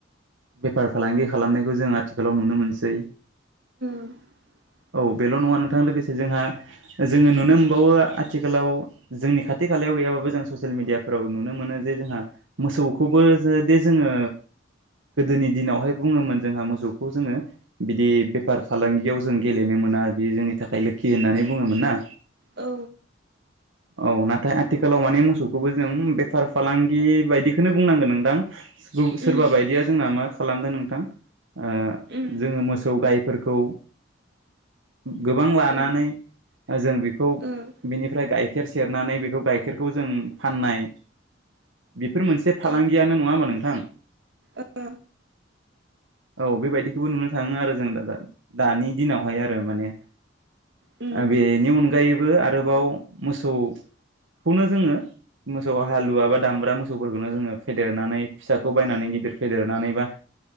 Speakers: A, on the right; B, on the right.
A: बेफार फालांगि खालामनायखौ जों आथिखालाव नुनो मोनसै
B: <inaudible>
A: औ बेल नङा नोंथां लोगोसे जोंहा जोङो नुनो मोनबावो आथिखालाव जोंनि खाथि खा खालायाव गैयाबो जों ससियेल मिदियाफोराव ननो मोनो जे जोंहा मोसौखौ खौबो जो दे जोङो गोदोनि दिनावहाय बुङोमोन जोंहा मोसौखौ जोङो बिदि बेफार फालांगियाव जों गेलेनो मोना बेयो जोंनि थाखाय लोखि खि होननानै बुङोमोन ना
B: औ
A: औ नाथाय आथिखालाव माने मोसौखौबो जों बेफार फालांगि बायदिखौनो बुंनांगोन नोंथां सोरबा
B: उम
A: बायदिया जोंना मा खालामदों नोंथां आ
B: उम
A: जोङो मोसौ गायफोरखौ खौ गोबां लानानै
B: औ
A: जों बेखौ
B: ओ
A: बिनिफ्राय गाइखेर सेरनानै बेखौ गाइखेरखौ जों फाननाय बेफोर मोनसे फालांगियानो
B: औ
A: नङा होमबा नों
B: ओ
A: <inaudible> औ बेबायदिखौबो नुनो थाङो आरो जों दा दा दा दानि दिनावहाय आरो माने
B: उम
A: ओ बेनि अनगायैबो आरोबाव मोसौ खौनो जोङो मोसौ हालुवा बा दामब्रा मोसौ मोसौफोरखौनो जोङो फेेदेरनानै फिसाखौ बायनानै गिदिर फेदेरनानै बा